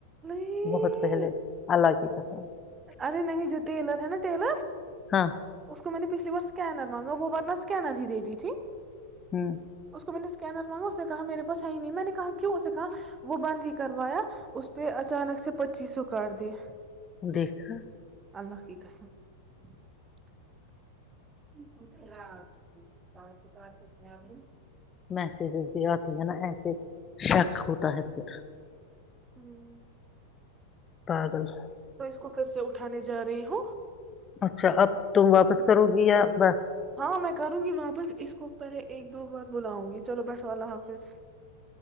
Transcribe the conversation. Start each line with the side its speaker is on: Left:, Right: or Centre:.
Right: نہیں
Left: <unintelligible> بہت پہلے الگ ہے <unintelligible> <inaudible> <unintelligible>
Right: ارے نہیں جو ٹیلر ہے نا ٹیلر
Left: ہاں
Right: اس کو میں نے پچھلی بار اسکینر مانگا ی تھی <unintelligible> جی
Left: ہوں
Right: اس کو میں نے <unintelligible> اسکینر مانگا اس نے کہا میرے پاس ہے ہی نہیں میں نے کہا کیوں اسے کہا وہ بند ہی کروایا اس پہ اچانک سے پچیس سو کر دییا <unintelligible>
Left: دیکھا <unintelligible>
Right: اللہ کی قسم <unintelligible> <unintelligible> <unintelligible>
Left: میسیج بھی آتی ہے نا ایسے شک ہوتا ہے پھر <unintelligible>
Right: ہوں <unintelligible>
Left: پاگل <unintelligible>
Right: اوپر سے اٹھانے جا رہی ہوں <unintelligible>
Left: اچھا اب تم واپس کرو گی یا بس <unintelligible>
Right: ہاں میں کروں گی واپس اس کو پہے ایک دو بار بلاؤں گی <unintelligible> چلو بیٹھو اللہ حافظ <unintelligible>